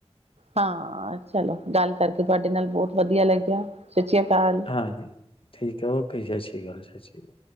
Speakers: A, on the right; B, on the left.
A: ਹਾਂ। ਚਲੋ ਗੱਲ ਕਰਕੇ ਤੁਹਾਡੇ ਨਾਲ ਬਹੁਤ ਵਧੀਆ ਲੱਗਿਆ। ਸਸਿ ਸ੍ਰੀ ਅਕਾਲ।
B: ਹਾਂਜੀ। ਠੀਕ ਹੈ। ਓਕੇ ਸਸਿ ਅਕਾਲ - ਸਸਿ ਕਾਲ।